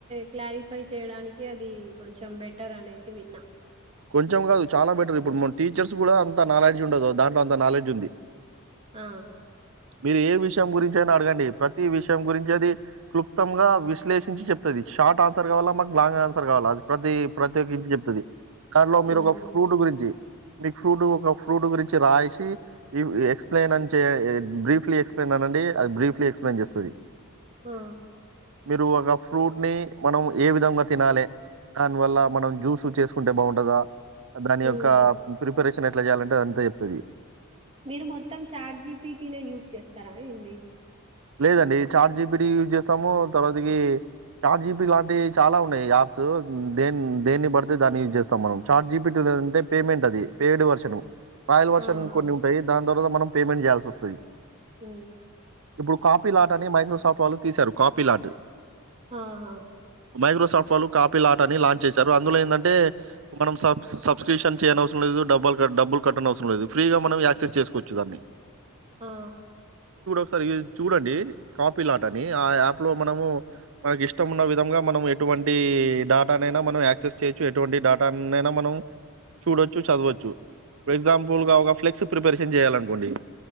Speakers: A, on the right; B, on the right.
A: క్లారిఫై చేయడానికి అది కొంచెం బెటర్ అనేసి విన్నా
B: కొంచెం కాదు చాలా బెటర్ ఇప్పుడు మన టీచర్స్ కూడా అంత నాలెడ్జ్ ఉండదు దాంట్లో అంత నాలెడ్జ్ ఉంది
A: ఆ
B: మీరు ఏ విషయం గురించి అయినా అడగండి ప్రతి విషయం గురించి అది క్లుప్తంగా విశ్లేషించి చెప్తుంది షార్ట్ ఆన్సర్ కావాలా మాకు లాంగ్ ఆన్సర్ కావాలా అది ప్రతి ప్రతి ఒక్కంచి చెప్తుంది కనిలో మీరు
A: ఉమ్
B: ఒక ఫ్రూట్ గురించి మీకు ఫ్రూట్ ఒక ఫ్రూట్ గురించి రాసి ఎక్స్ప్లెయిన్ అని చె బ్రీఫ్లీ ఎక్స్ప్లెయిన్ అండి అది బ్రీ ఎస్ప్లెయిన్ చేస్తుంది
A: ఆ
B: మీరు ఒక ఫ్రూట్ ని మనం ఏ విధంగా తినాలి దాని వల్ల మనం జ్యూస్ చేసుకుంటే బాగుంటుంది ఉంటదా దాని యొక్క
A: ఉమ్
B: ప్రిపరేషన్ ఎట్లా చేయాలంటే అదంతా చెప్తుంది
A: మీరు మొత్తం చార్ట్ జీపిటిటీనే యూస్ చేస్తారా ఏంది
B: లేదండి చాట్ జీపిట్టి యూజ్ చేస్తాము తర్వాతకి చాట్ జీపిట్టి లాంటివి చాలా ఉన్నాయి యాప్స్ దే దేన్ని పడితే దాన్ని యూజ్ చేస్తాం మనం చాట్ జీపిట్టి అంతే పమెంట్ అది పెయిడ్ వెర్షన్ స్థయిల్ వర్షన్
A: ఆహా
B: కొన్ని ఉంటాయి దాని తర్వాత మనం పేమెంట్ చేయాల్సి వస్తుంది
A: హ
B: ఇప్పుడు కాపీలాట్ అని మైక్రోసాఫ్ట్ వాళ్ళు తీశారు కాపీలాట్
A: ఆహా
B: మైక్రోసఫట్ వాళ్ళు కాపీ లాట్ అని లాంచ్ చేశారు అందులో ఏంటంటే మనం స సబ్స్క్రిప్షన్ చేయన అవసరం లేదు డబ్ల్ డబులు కట్ట అవసం లేదు ఫ్రీగా మనం యాక్సెస్ చేకోచ్చు దాన్ని
A: ఆ
B: ఒక సారి చూడండి కాపీ లాట్ అని ఆ యాప్ లో మనము మనకి ఇష్టం ఉన్న విధంగా మనం ఎటు ఎటువంటి డడాటానైనా మనం యాక్సెస్ చేయొచ్చు ఎటువంటి డేటానైనా మనం చూడొచ్చు చదవచ్చు ఫర్ ఎగ్జాంపుల్ గా ఒక ఫ్లెక్స్ ప్రిపరేషన్ చేయాలినుకోండి